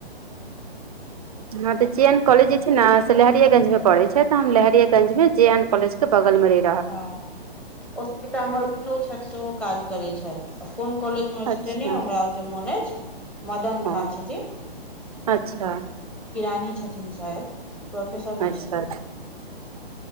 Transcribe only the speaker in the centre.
ह ओत त हमर <unintelligible> छथि सेहो काज करैत छथि आ कोन कॉलेज मे
से नै हमरा ओते मोन अैछ मदन
झा छथिन
किरानी छथिन शायद प्रोफेसर नैय
छथिन ओ